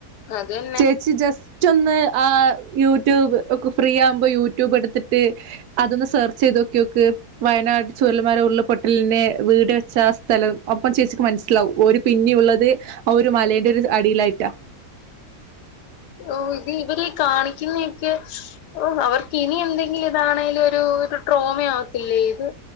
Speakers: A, on the left (about 80°); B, on the right (about 75°).
A: അത് തന്നെ
B: ചേച്ചി ജസ്റ്റ് റ്റൊന്ന് ആ യൂട്യൂബ് ഒക്കെ ഫ്രീ ആവുമ്പോ യൂട്യൂബ് എടുത്തിട്ട് അതൊന്ന് സെർച്ച്യ്ത് നോക്കിയോക്ക് വയനാട് ചുവലന്മാരെ ഉള്ളപൊട്ടലിനെ വീട് വെച്ച സ്ഥലം ഒപ്പം ചേച്ചിക്ക് മനസ്സിലാവും ഒരു പിന്നെയ ഉള്ളത് ആ ഒരു മലയുടെ ഒരു അടിയിലായിട്ടാ
A: ഓ ഇത് ഇവര് കാണിക്കുന്നൊക്കെ ഓ അവർക്ക്നി എന്തെങ്കിലും ഇതാണെലും ഒരു ഒരു ട്രോമ ആവത്തില്ലേ ഇത്